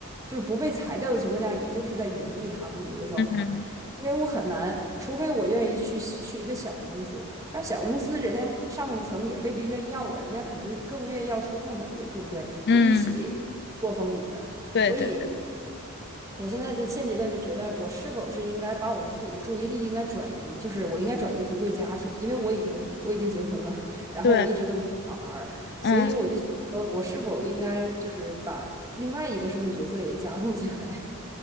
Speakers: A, on the right (about 15°); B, on the left (about 50°).
A: 就是不被裁掉的情况下，也就是在原地踏步的一个状态。
B: 嗯
A: 因为我很难，除非我愿意去去一个小公司，但是小公司人家上层也未必愿意要我，人家可能更愿意要初创团队，对不对？就一起过风雨的，
B: 嗯对对对
A: 所以我现在的现阶段就觉得，我是否是应该把我的自己的注意力应该转移，就是我应该转移回归家庭，因为我已经我已经结婚了，然后我一直都没有小孩儿，
B: 对
A: 所以我就想说，
B: 嗯。
A: 我是否应该就是把另外一个社会角色也加入进来？